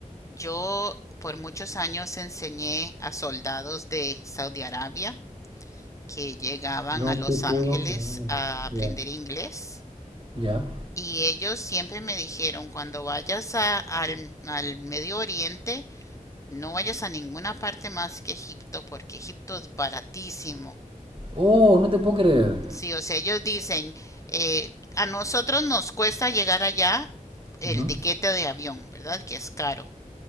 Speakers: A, on the left; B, on the right.
A: Yo por muchos años enseñé a soldados de Saudi Arabia que llegaban
B: No
A: a Los
B: te puedo
A: Ángeles
B: creer.
A: a aprender
B: Ya.
A: inglés
B: ¿Ya?
A: y ellos siempre me dijeron, cuando vayas a- al, al Medio Oriente, No vayas a ninguna parte más que Egipto porque Egipto es baratísimo.
B: Oh, no te puedo creer.
A: Sí, o sea, ellos dicen, eh, a nosotros nos cuesta llegar allá el
B: Ujú.
A: tiquete de avión, ¿verdad? Que es caro.